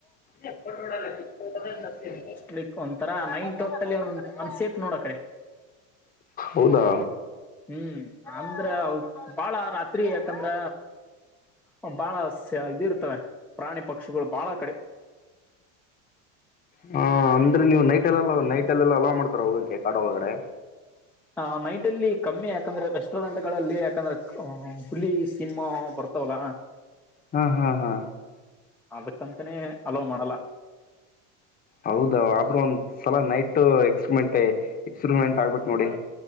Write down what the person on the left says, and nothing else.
ಆ <unintelligible>
ಹೌದಾ
ಹ ಅಂದ್ರೆ ನೀವು ನೈಟ್ಲ್ಲೆಲ್ಲ ನೈಟ್ ಅಲ್ಲೆಲ್ಲ ಅಲಾವ್ ಮಾಡ್ತಾರ ಹೋಗೋಕ್ಕೆ ಕಾಡ ಒಳಗಡೆ
ಹಾ ಹಾ ಹಾ
ಹೌದ ಆದ್ರೂ ಒಂದ್ ಸಲ ನೈಟ್ ಎಕ್ಸ್ಪಿರಿಮೆಂಟ್ ಎಕ್ಸ್ಪಿರಿಮೆಂಟ್ ಆಗ್ಬೇಕು ನೋಡಿ